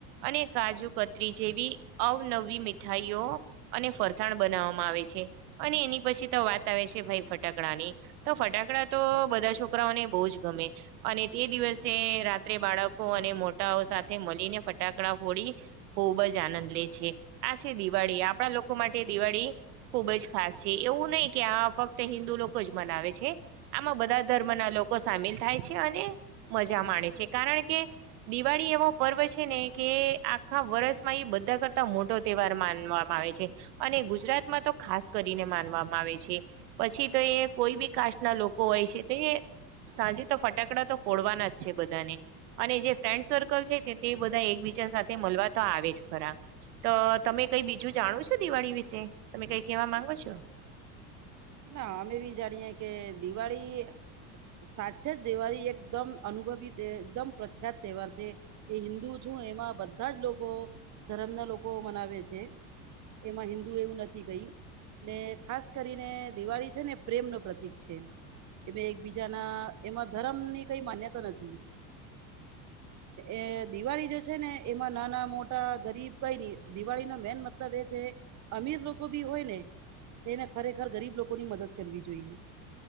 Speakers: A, on the right; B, on the right.
A: અને કાજુ કતરી જેવી અવનવી મીઠાઈઓ અને ફરસાણ બનાવવામાં આવે છે. અને એની પછી તો વાત આવે છે, ભાઈ ફટાકડાની તો ફટાકડા તો બધા છોકરાઓને બહુ જ ગમે અને તે દિવસે રાત્રે બાળકો અને મોટાઓ સાથે મળીને ફટાકડા ફોડી ખૂબ જ આનંદ લે છે આ છે દિવાળી આપણા લોકો માટે દિવાળી ખુબજ ખાસ છે. એવું નહી કે આ ફક્ત હિન્દુ લોકો જ મનાવે છે આમાં બધા ધર્મ ના લોકો સામેલ થાય છે અને મજા માણે છે કારણ કે દિવાળી એવો પર્વ છેને, કે ખા વર્ષમાં એ બધા કરતા મોટો તહેવાર માનવામાં આવે છે. અને ગુજરાતમાં તો ખાસ કરીને માનવામાં આવે છે. પછી તો એ કોઈ બી કાસ્ટ ના લોકો હોય છે, તો એ સાંજે તો ફટાકડા તો ફડવાના જ છે, બધાને અને જે ફ્રેન્ડ સર્કલ છે, તે બધા એકબીજા સાથે મળવા તો આવે જ ખરા તો તમે કઈ બીજું જાણો છો દિવાળી વિશે તમે કઈ કેવા માંગો છો.
B: ના અમે બી જાણીએ કે દિવાળી સાચે જ દિવાળી એકદમ અનુભવી એકદમ પ્રખ્યાત તહેવાર છે. એ હિન્દુ છું એમાં બધા જ લોકો ધરમ ના લોકો મનાવે છે, એમાં હિન્દુ એવું નથી કઈ ને ખાસ ખાસ કરીને દિવાળી છેને, પ્રેમ ન પ્રતિક છે એ એકબીજાના એમાં ધર્મ ની કઈ માન્યતા નથી એ દિવાળી જો છે ને એમાં નાના મોટા ગરીબ કઈ નઈ દિવાળી નો મેન મતલબ એ છે. અમીર લોકો બી હોય ને તેને ખરેખર ગરીબ લોકો ની મદદ કરવી જોઈએ.